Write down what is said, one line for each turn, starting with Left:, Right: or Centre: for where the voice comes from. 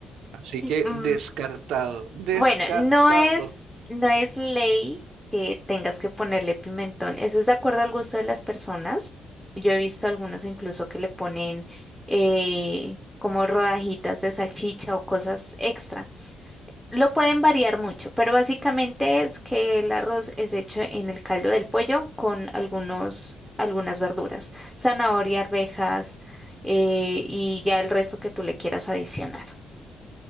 Right: Así que
Centre: Mm,
Right: descartado, descartado.
Centre: bueno, no es, no es ley que tengas que ponerle pimentón. Eso es de acuerdo al gusto de las personas. Yo he visto algunos incluso que le ponen eh, como rodajitas de salchicha o cosas extra. Lo pueden variar mucho, pero básicamente es que el arroz es hecho en el caldo del pollo con algunos, algunas verduras, zanahoria, arvejas, eh, y ya el resto que tú le quieras adicionar.